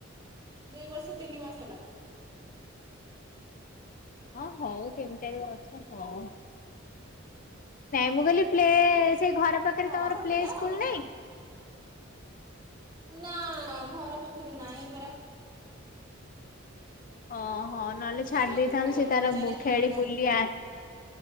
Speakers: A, on the right; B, on the left.
A: ବର୍ଷ ତିନି ମାସ ହେଲା।
B: ହଁ ହଉ ତିନି ଚାରି ବର୍ଷ ହଉ। ନାଇଁ ମୁଁ କହିଲି ପ୍ଲେ ସେ ଘର ପାଖରେ
A: ହଁ
B: ତମର
A: ଛୋଟଟା
B: ପ୍ଲେ ସ୍କୁଲ
A: ଆଉ।
B: ନାହିଁ
A: ନା ନା ଘର ପାଖରେ ନାହିଁ ପରା।
B: ଓହୋ ନହେଲେ ଛାଡି
A: ଯିବାକୁ
B: ଦେଇଥାନ୍ତୁ
A: ପଡିବ
B: ସେ
A: ତିନି
B: ତାର
A: ଚାରି କିଲୋମିଟର।
B: ଖେଳି ବୁଲି